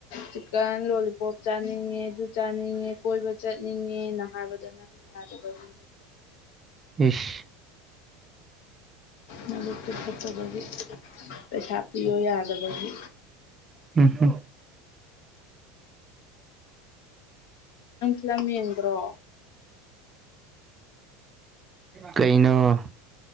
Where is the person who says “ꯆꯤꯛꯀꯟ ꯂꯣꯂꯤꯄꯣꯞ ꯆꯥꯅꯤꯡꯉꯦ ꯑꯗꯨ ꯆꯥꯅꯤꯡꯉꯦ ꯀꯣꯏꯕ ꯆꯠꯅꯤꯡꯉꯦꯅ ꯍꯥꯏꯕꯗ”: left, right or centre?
Left